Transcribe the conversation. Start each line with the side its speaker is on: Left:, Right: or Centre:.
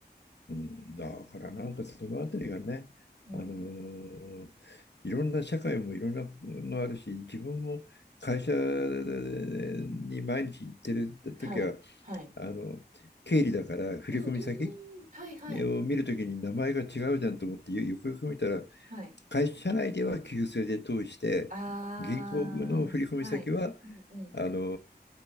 Left: うんだからなんかそのあたりがね、
Right: えーうん。
Left: あのーいろんな社会もいろんなのあるし、自分も会社に毎日行ってる時は、
Right: はい。はい。
Left: あの、経理だから振込先、
Right: うんうんうんうん。はいはい。
Left: を見るときに名前が違うじゃんと思ってよよくよく見たら
Right: はい。
Left: 会社内では旧姓で通して銀行の振込先は
Right: ああ、はい。うんうんうん。
Left: あの